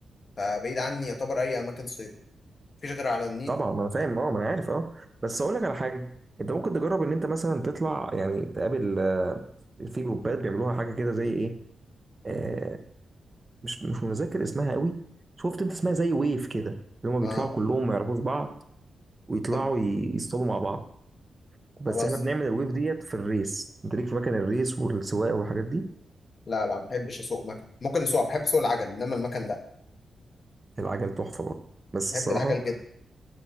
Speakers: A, on the left; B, on the right.
A: فبعيد عني يعتبر اي اماكن صيد مفيش غير على النيل
B: طبعا ما انا فاهم اه ما انا عارف اه بس اقول لك على حاجه انت ممكن تجرب ان انت مثلا تطلع يعني تقابل آه، في جروبات بيعملوها حاجه كده زي ايه آه مش مش متذكر اسمها قوي شفت انت اسمها زي ويف كده اللي هم
A: اه
B: بيطلعوا كلهم ما يعرفوش بعض ويطلعوا
A: تمام
B: ي- يصطادوا مع بعض بس
A: خلاص
B: احنا بنعمل الويف ديت في الريس انت ليك في مكان الريس والسواقه والحاجات دي
A: لا لا ما بحبش اسوق مكن ممكن اسوق بحب اسوق العجل انما المكن لا
B: العجل تحفه برضه بس
A: بحب
B: الصراحه
A: العجل جدا